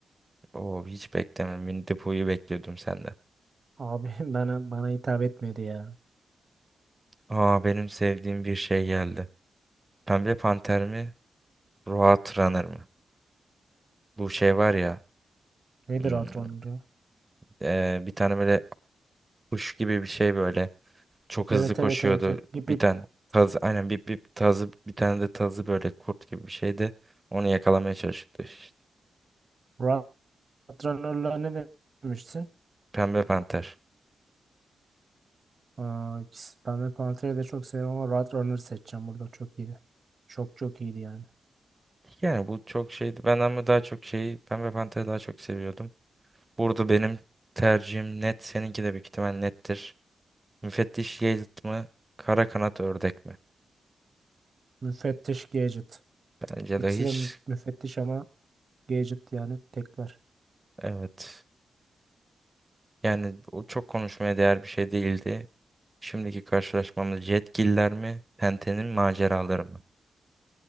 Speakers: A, on the right; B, on the right.
A: Oo, hiç beklemem. Winnie the Pooh'yu bekliyordum senden.
B: Abi <laughs> bana bana hitap etmedi ya.
A: Aa benim sevdiğim bir şey geldi. Pembe Panter mi? Roadrunner Runner mı? Bu şey var ya.
B: Nedir
A: hmm,
B: hatırlamıyorum.
A: ee, bir tane böyle kuş gibi bir şey böyle. Çok
B: Evet
A: hızlı koşuyordu.
B: evet evet evet. Bip
A: Bir
B: bip.
A: tane tazı. Aynen bir, bir tazı. Bir tane de tazı böyle kurt gibi bir şeydi. Onu yakalamaya çalışıyordu. işte.
B: Rahat Runner'la ne demiştin?
A: Pembe Panter.
B: Aa, ikisi- ben de Pantera'yı da çok seviyorum ama Rahat Runner'ı seçeceğim burada. Çok iyiydi. Çok çok iyiydi yani.
A: Yani bu çok şeydi. Ben ama daha çok şeyi Pembe Panter'i daha çok seviyordum. Burada benim tercihim net. Seninki de büyük ihtimal nettir. Müfettiş Yiğit mi? Kara kanat ördek mi?
B: Müfettiş Gadget.
A: Bence
B: İkisi
A: de hiç
B: de mü- müfettiş ama Gadget yani tekler.
A: evet. Yani o çok konuşmaya değer bir şey değildi. Şimdiki karşılaşmamız Jetgiller mi? Tenten'in maceraları mı?